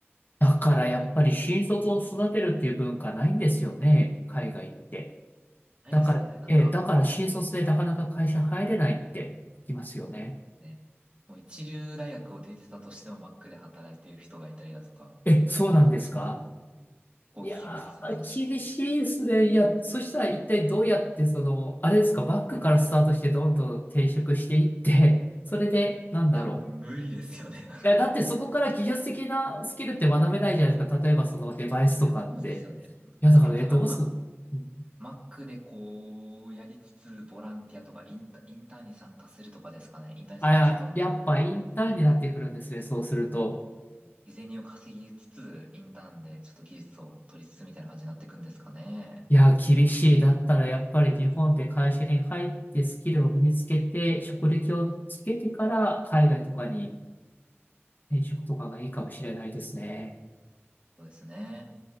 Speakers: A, on the left (about 45°); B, on the right (about 30°).
A: だからやっぱり新卒を育てるっていう文化ないんですよね、
B: 結構。
A: 海外って。
B: ないですよね。
A: だから、
B: なんか
A: え、だから新卒でなかなか会社入れないって聞きますよね。
B: ね、もう一流大学を出てたとしてもマックで働いてる人がいたりだとか、
A: え、
B: って話聞きます。
A: そうなんですか
B: 結構聞きます、
A: いやー、
B: そういう話。い
A: 厳しいですね。いや、そしたら一体どうやって、その、あれですか、バックからスタートしてどんどん転職していって、それで、なんだろ
B: や、無理ですよね。<laughs> なんか。
A: う。いや、だってそこから技術的なスキルって学べないじゃないですか。
B: い
A: 例えばそのデバイスとかって。
B: や、そうですよね。
A: いや、
B: だから多分マ、
A: だからね、どうす、うん
B: マックでこう、やりつつ、ボランティアとかインタ、インターンに参加するとかですかね。インターンに参加してどんどん
A: あ、いや、やっぱインターンになってくるんですね、そうすると。
B: 日銭を稼ぎつつ、インターンでちょっと技術を取りつつみたいな感じになっていくんですかね。
A: いや、厳しい。だったらやっぱり日本で会社に入ってスキルを身につけて、職歴をつけてから海外とかに転職とかがいいかもしれないですね。
B: そうですね。